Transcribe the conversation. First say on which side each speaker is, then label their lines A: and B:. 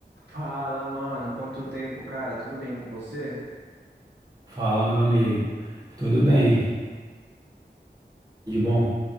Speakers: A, on the right (about 75°); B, on the right (about 20°).
A: Fala, mano. Quanto tempo, cara? Tudo bem com você?
B: Fala, meu amigo. Tudo bem? De bom?